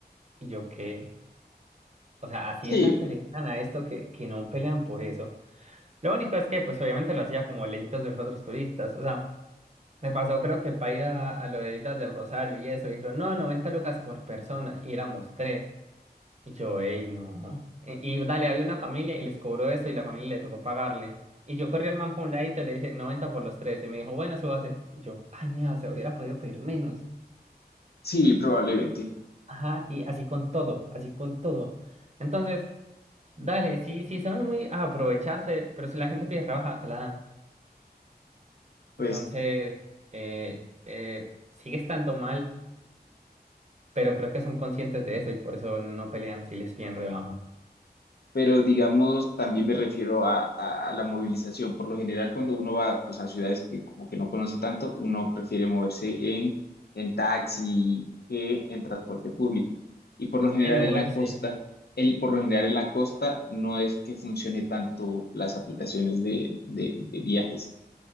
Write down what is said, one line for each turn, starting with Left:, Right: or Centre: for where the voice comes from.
Right: Y yo, ¿qué? O sea, así
Left: Sí,
Right: de tanto le ganan a esto que, que no pelean por eso. Lo único es que, pues obviamente lo hacía como lejitos de los otros turistas. O sea, me pasó creo que para ir a, a lo de Islas del Rosario y eso, dijeron, no, 90 lucas por persona, y éramos tres. Y yo, ey, no. Y, y dale, había una familia y les cobró eso y la familia le tocó pagarle. Y yo corrí al man por un ladito y le dije, 90 por los tres. Y me dijo, bueno, súbase. Y yo, ah, no, se hubiera podido pedir menos.
Left: sí, probablemente.
Right: Ajá, y así con todo, así con todo. Entonces... Dale, sí, sí son muy a aprovecharse, pero si la gente pide rebaja, se la dan.
Left: Pues
Right: Entonces, eh, eh, sigue estando mal, pero creo que son conscientes de eso y por eso no pelean si les piden rebaja.
Left: pero digamos, también me refiero a, a- a la movilización. Por lo general, cuando uno va pues, a ciudades que como que no conoce tanto, uno prefiere moverse en, en taxi que en transporte público. Y por lo general
Right: En Uber,
Left: en la costa,
Right: sí.
Left: el, por lo general en la costa no es que funcione tanto las aplicaciones de, de- de viajes.